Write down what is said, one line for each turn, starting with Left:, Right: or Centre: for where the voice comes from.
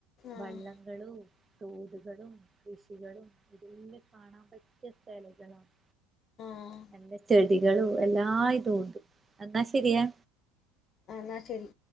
Left: ആഹ്
Right: വള്ളങ്ങളു തോടുകളും കൃഷികളും ഇതല്ലാം കാണാൻ പറ്റിയ സ്ഥലങ്ങളാണ്
Left: ആഹ്
Right: എല്ല ചെടികളും എല്ലാ ഇതും ഉണ്ട് എന്നാ ശരിയേ?
Left: അ എന്നാ ശരി